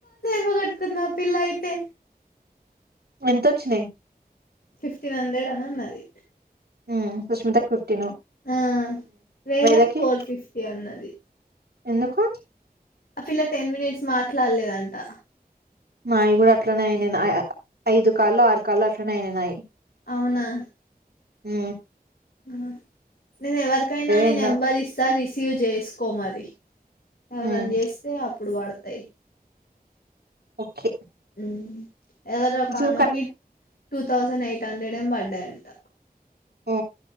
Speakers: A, on the left; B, on the right.
A: వ కట్కన్నా పిలాయితే
B: ఎంతొచ్చినయి
A: ఫిఫ్టీన్ హండ్రెడ్ అని అన్నది
B: ఉమ్ సుష్మితకు టి
A: ఆ వేదాకు
B: వేద కి
A: ఫోర్ ఫిఫ్టీ అన్నది
B: ఎందుకు
A: ఆ ఫిల్లా టెన్ మినిట్స్ మాట్లాడలేదంట
B: మాయి కూడా అట్లనే అయిన ఐదు కాల్లో ఆరు కాల్లో అట్లనే అయిననాయి
A: అవునా
B: హ
A: అ నేను ఎవరికైనా నీ
B: ఏందో
A: నెంబర్ ఇస్తారు ఇస్త సజేస్కోమారి ఎవరైనా
B: హ్మ్
A: చేస్తే ఇప్పుడు వాడతాయి
B: ఓకే
A: అ ఎవరు ఒక
B: అసలు
A: కా మాకి
B: కన్
A: టూ థౌసండ్ ఎయిట్ హండ్రెడ్ ఏం పడాయి అంట
B: ఆ